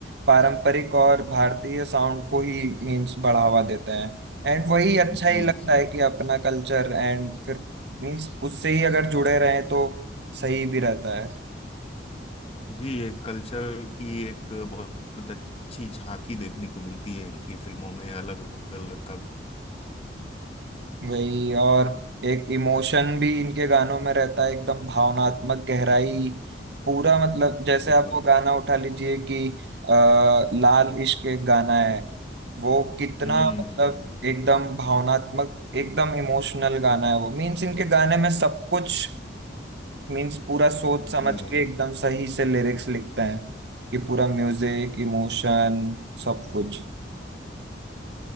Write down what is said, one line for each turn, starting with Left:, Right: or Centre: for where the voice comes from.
Right: पारंपरिक और भारतीय साउंड को ही मीन्स बढ़ावा देते हैं एंड वही अच्छा
Left: जी
Right: ही लगता
Left: जी
Right: है कि अपना कल्चर एंड फिर मीन्स उससे ही अगर जुड़े रहें तो सही भी रहता है
Left: जी एक कल्चर की एक बहुत अच्छी झांकी देखने को मिलती है इनकी फिल्मों में अलग अलग का
Right: वही और एक इमोशन भी इनके गानों में रहता है एकदम भावनात्मक गहराई पूरा मतलब जैसे
Left: बिल्कुल
Right: आप वो गाना उठा लीजिए कि आ, लाल इश्क एक गाना है वो कितना
Left: हम्म
Right: मतलब
Left: हम्म
Right: एकदम भावनात्मक एकदम इमोशनल गाना है वो मीन्स इनके गाने में सब कुछ मीन्स पूरा सोच समझ
Left: जी
Right: के एकदम सही से लिरिक्स लिखते हैं कि पूरा म्यूजिक इमोशन सब कुछ